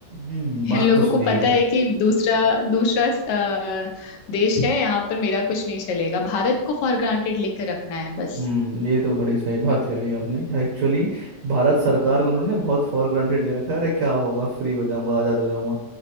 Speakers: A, on the right (about 60°); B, on the left (about 75°).
A: हम्म बात
B: इन लोगों
A: तो सही
B: को पता
A: है
B: है कि दूसरा दूसरा अ, देश है यहाँ पर मेरा कुछ नहीं चलेगा भारत को फॉर ग्रांटेड लेकर रखना है बस
A: हम्म ये तो बड़ी सही बात कही आपने कि एक्चुअली भारत सरकार को उन्होंने बहुत फॉर ग्रांटेड ले रखा है अरे क्या होगा फ्री हो जाऊंगा आज़ाद हो जाऊंगा